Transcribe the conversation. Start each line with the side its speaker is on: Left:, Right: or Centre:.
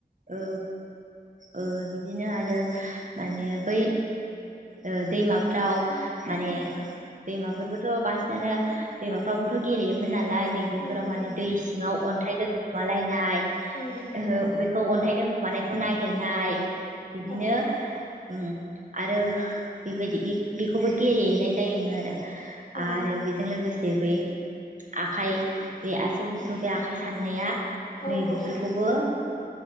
Right: औ ओ बिदिनो आरो माने बै ओ दैमाफ्राव माने
Left: उम
Right: दैमाफोरबोथ' बांसिनानो दैमाफ्रावबोथ' गेलेयोमोन ना- लाय नै बेफोराव
Left: उम उम
Right: माने दै सिङाव अन्थाइ दोनखुमालायनाय
Left: उम
Right: ओ बेखौ खौ अन्थाइ दोनखुमानायखौ नागिरनाय बिदिनो
Left: अ
Right: उम आरो बेबायदि बेखौबो गेलेनाय जायोमोन आरो
Left: अ
Right: आरो बेजों लोगोसे बै आखाय बे आसौ बिसौ
Left: उम
Right: बे आखाइ साननाया
Left: औ
Right: नै बेफोरखौबो
Left: औ आरो